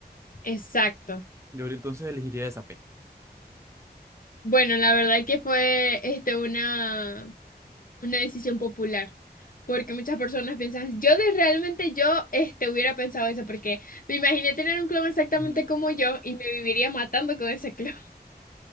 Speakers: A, on the left; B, on the right.
A: exacto.
B: Yo entonces elegiría esa P.
A: Bueno, la verdad que fue este, una, una decisión popular, porque muchas personas piensan, yo de realmente yo este, hubiera pensado eso, porque me imaginé tener un clon exactamente
B: Ujú.
A: como yo y me viviría matando con ese clon.